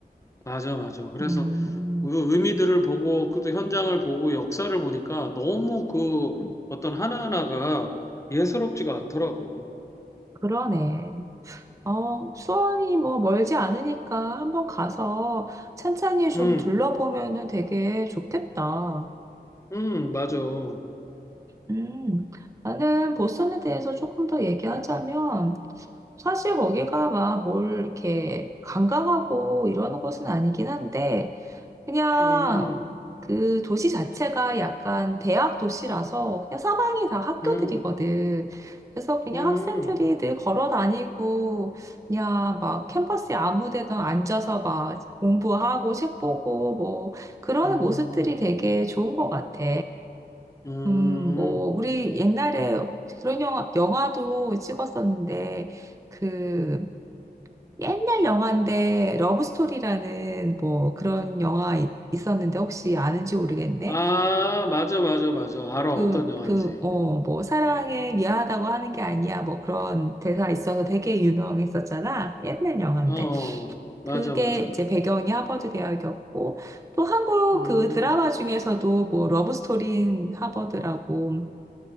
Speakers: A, on the left; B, on the right.
A: 맞아, 맞아. 그래서
B: 음,
A: 그 의미들을 보고 그 또 현장을 보고 역사를 보니까 너무 그 어떤 하나하나가 예사롭지가 않더라고.
B: 그러네. 어, 수원이 뭐 멀지 않으니까 한번 가서 찬찬히 좀
A: 음,
B: 둘러보면은 되게 좋겠다.
A: 음, 맞아. 음,
B: 음, 나는 보스턴에 대해서 조금 더 얘기하자면, 사실 거기가 막 뭘 이렇게 강강하고 이러는 것은 아니긴 한데, 그냥
A: 음,
B: 그 도시 자체가 약간 대학 도시라서 그냥 사방이 다 학교들이거든.
A: 음,
B: 그래서 그냥
A: 음,
B: 학생들이 늘 걸어 다니고, 그냥 막 캠퍼스에 아무 데나 앉아서 막 공부하고 책 보고 뭐, 그러는
A: 음,
B: 모습들이 되게 좋은 것 같아.
A: 음.
B: 음, 뭐, 우리 옛날에 그런 영화, 영화도 찍었었는데, 그, 옛날 영화인데, 러브스토리라는 뭐 그런 영화 이- 있었는데, 혹시 아는지 모르겠네.
A: 아, 맞아, 맞아, 맞아. 알아,
B: 그,
A: 어떤 영화인지.
B: 그, 어, 뭐, 사랑해, 미안하다고 하는 게 아니야. 뭐 그런 대사 있어서 되게 유명했었잖아. 옛날 영화인데.
A: 어, 어. 맞아,
B: 그게
A: 맞아.
B: 이제 배경이 하버드 대학이었고, 또 한국
A: 음.
B: 그 드라마 중에서도 뭐, 러브스토리인 하버드라고